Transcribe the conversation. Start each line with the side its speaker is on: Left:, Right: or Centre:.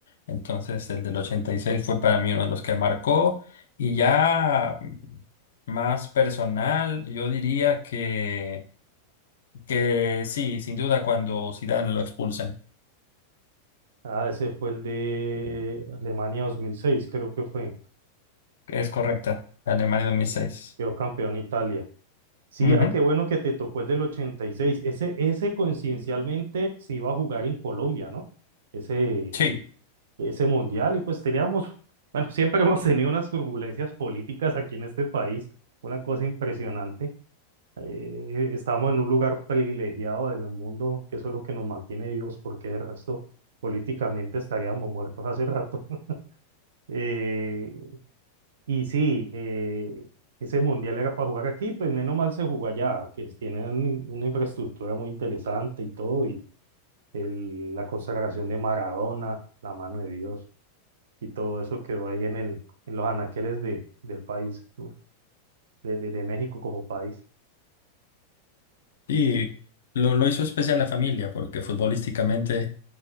Left: Entonces, el del 86 fue para mí uno de los que marcó. Y ya. Más personal, yo diría que, que sí, sin duda cuando Zidane lo expulsan.
Right: Ah, ese fue el de Alemania dos mil seis creo que fue.
Left: Es correcta, la Alemania 2006.
Right: Quedó campeón Italia. Sí,
Left: Ujú,
Right: ah, qué bueno que te tocó el del 86. Ese, ese coincidencialmente se iba a jugar en Colombia, ¿no? Ese,
Left: Sí,
Right: ese mundial y pues teníamos, bueno, <laughs> siempre hemos tenido unas turbulencias políticas aquí en este país, una cosa impresionante. Eh, estamos en un lugar privilegiado en el mundo, que eso es lo que nos mantiene vivos, porque de resto políticamente estaríamos muertos hace rato. <laughs> Eh, y sí, eh, ese mundial era para jugar aquí, pues menos mal se jugó allá, que tienen una infraestructura muy interesante y todo, y el- la consagración de Maradona, la mano de Dios, y todo eso quedó ahí en el, en los anaqueles de, del país, ¿no? de, de, de México como país.
Left: y lo, lo hizo especial la familia, porque futbolísticamente